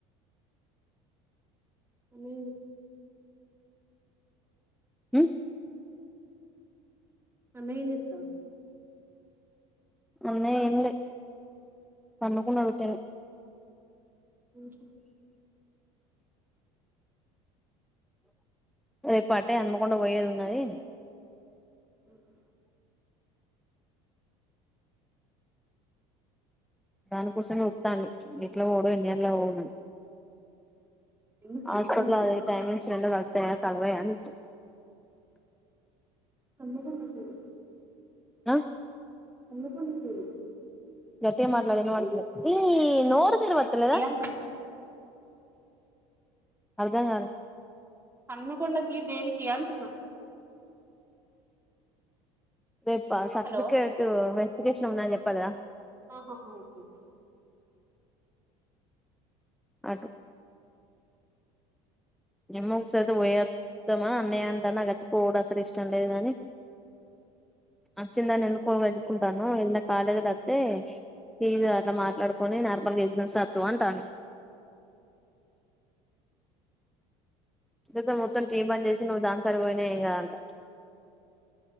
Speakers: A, on the right; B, in the centre.
A: అనేండు
B: ఉ
A: అన్నయ్య ఏం చెత్
B: అన్నయ్య ఏం లేదు పండుకున్నాడు ఉట్టనే
A: ఉహు
B: రేపు అటే హనుమకొండ పోయేది ఉన్నది
A: ఉహు
B: దానికోసమే ఉత్తండు ఎట్లా పోవుడు ఎన్ని గంటలకు పోవుడు
A: ఎందుకు
B: హాస్పట్లా
A: హన్మకొండకు
B: అదే టైమింగ్స్ రెండు కలుత్తయ కల్వయా అని
A: హనుమకొండ వద్దురు
B: ఆ
A: హనుమకొండకూ దేనికి
B: గట్టిగ మాట్లాడు వినబడలేదు ఈ నోరూ తిరూవత్తలేదా
A: ఆ
B: అర్థంకాలే
A: హనుమకొండకి దేనికి అంటున్నా
B: రేపా సర్టిఫికేట్
A: హలో
B: వెరిఫికేషన్ ఉందని చెప్పాలేదా
A: ఆ హ హా ఓకే ఒక
B: ఆటు ఏమో సతు పోయేద్దామా అన్నయ్య అంటానా గన్ వచ్చతే పోడం అసలు ఇష్టం లేదు గాని అచ్చిందాని ఎన్నుకో వెతుక్కుంటున్నావ్ వెళ్లే కాలేజీలు వస్తతే ఫీస్ అట్లా మాట్లాడుకొని నార్మల్గా ఎగ్జామ్స్ రాస్తావా అంటాని ఇది అయితే మొత్తం టీ పని చేసి నువ్వు దాని కాడికి ఏం కదంటా